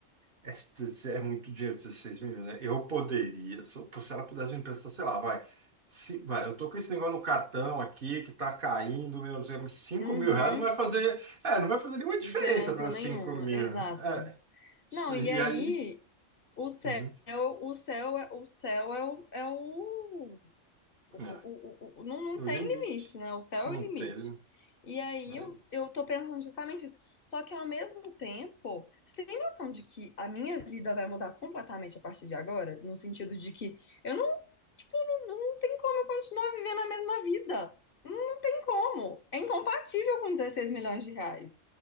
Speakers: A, on the right; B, on the left.
A: este é muito dinheiro, 16 milhões, né? Eu poderia, se eu- se ela pudesse me emprestar, sei lá, vai. Se, vai, eu tô com esse negócio no cartão aqui que tá caindo, meu Deus, mas 5
B: Uhum.
A: mil reais não vai fazer, é, não vai fazer nenhuma diferença
B: Diferença
A: para
B: nenhuma,
A: 5 mil.
B: exato.
A: É, isso-
B: Não, e
A: e
B: aí,
A: aí,
B: o céu,
A: uhum,
B: o céu é o céu é o, é o o, o,
A: é,
B: o, o- não, não
A: o
B: tem
A: limite,
B: limite, né? O céu
A: não
B: é o limite.
A: tem, né?
B: E aí
A: É
B: eu,
A: isso.
B: eu tô pensando justamente isso. Só que ao mesmo tempo, você tem noção de que a minha vida vai mudar completamente a partir de agora? No sentido de que eu não, tipo, não, não tem como eu continuar vivendo a mesma vida. Não, não tem como. É incompatível com 16 milhões de reais.